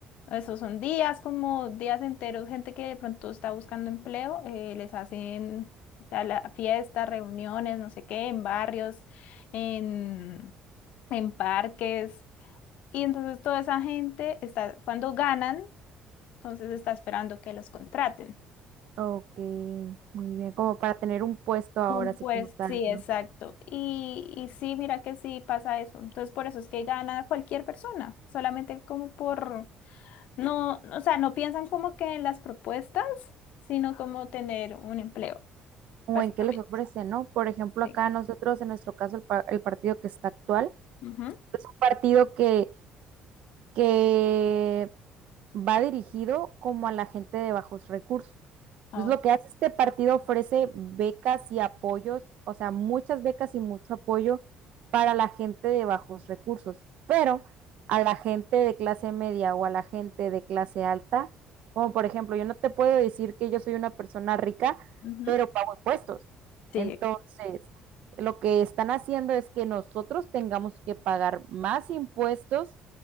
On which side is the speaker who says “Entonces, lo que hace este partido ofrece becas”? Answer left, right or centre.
Right